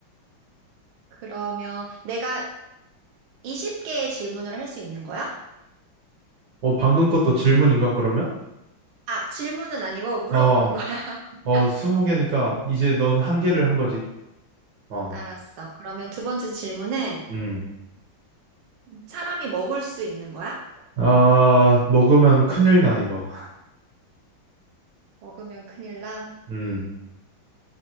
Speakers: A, on the right; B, on the right.
A: 그러면 내가 20개의 질문을 할 수 있는 거야?
B: 어, 방금 것도 질문인가 그러면?
A: 아, 질문은 아니고 물어보는
B: 어,
A: 거야. <laughs>
B: 어, 스무 개니까 이제 넌 한 개를 한 거지. 어,
A: 알았어. 그러면 두 번째 질문은
B: 음.
A: 사람이 먹을 수 있는 거야?
B: 아, 먹으면 큰일 나, 이거.
A: 먹으면 큰일 나.
B: 음.